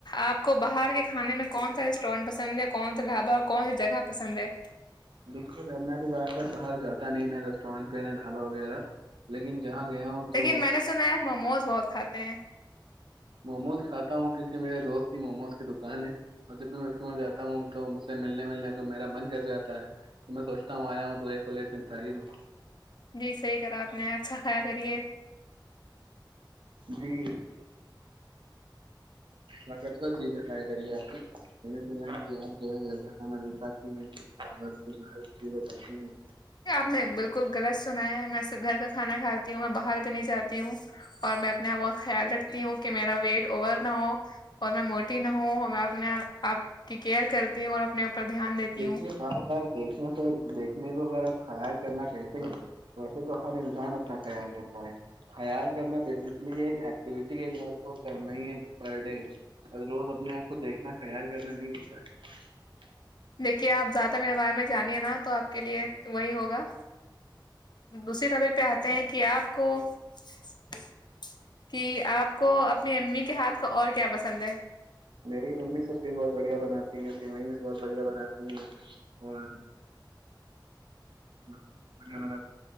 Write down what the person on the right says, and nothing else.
دیکھیے سر میں تو زیادہ تر باہر جاتا نہیں نہ ریسٹورینٹ پہ نہ ڈھابا وغیرہ لیکن جہاں گیا ہوں
تو
موموز کاتا ہوں کیونکہ میرے دوست کی موموز کی د کان اور جب بھی میں اس کے مد جاتا ہوں تو مجھ سے ملنے ملنے تو میرا من کر جاتا ہے تو میں سوچتا ہوں آیا ہوں تو ایک پلیٹ سمتاوں
جی طاقت ور چیزیں کھایا کریے آپ کی میں نے سنا ہے کہ آپ جو ہے گھر کا کھانا نہیں کھاتی ہیں اور باہر کی چیزیں کھاتی ہیں
دیکھیے
بار بار دیکھنے کو دیکھنے کو اگر آپ خیال کرنا کہتے ہیں ویسے ہر انسان اپنا خیال کرتا تو خیال کرنا بیسکلی ایک ایکٹیوٹی آپ کو کرنا ہی ہے پر ڈے ا روز اپنے آپ کو دیکھنا خیال کرنا نہیں اھتا ہے
میری ممی سب چز بہت بڑھیا بنا سیویں بھی بہت بڑھیا بناتی ہیں اور بڑھیا